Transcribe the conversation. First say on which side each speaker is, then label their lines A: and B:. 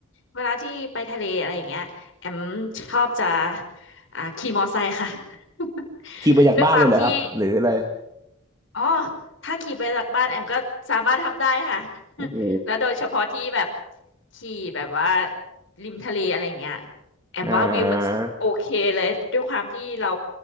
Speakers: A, on the left; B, on the right.
A: เวลาที่ไปทะเลอะไรอย่างเงี้ยแอมชอบจะอ่าขี่มอไซค์ค่ะ <laughs>
B: ขี่ไปจากบ้านเลยเหรอครับหรืออะไร
A: ด้วยความที่ อ๋อถ้าขี่ไปจากบ้านแอมก็สามารถทำได้ค่ะ <laughs>
B: โอ้โห
A: แล้วโดยเฉพาะที่แบบขี่แบบว่าริมทะเลอะไรอย่างเงี้ยแอมว่าวิวมันโอเคเลยด้วยความที่เรา
B: อ่า